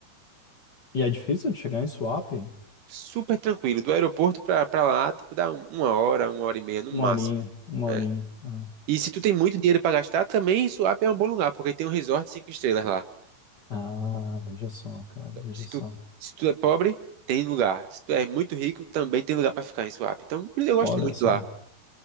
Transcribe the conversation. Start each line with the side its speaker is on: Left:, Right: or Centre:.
Left: E é difícil de chegar em swap?
Right: super tranquilo. Do aeroporto pra, pra lá, tipo, dá um- uma hora, uma hora e meia no máximo.
Left: Uma horinha, uma
Right: né?
Left: horinha. Ah,
Right: E se tu tem muito dinheiro pra gastar, também Suape é um bom lugar, porque tem um resort cinco estrelas lá.
Left: Ah, veja só, cara,
Right: Então,
Left: veja
Right: se
Left: só.
Right: tu, se tu é pobre, tem lugar. Se tu é muito rico, também tem lugar pra ficar em Suape. Então, eu gosto
Left: Olha
Right: muito
Left: só,
Right: de lá.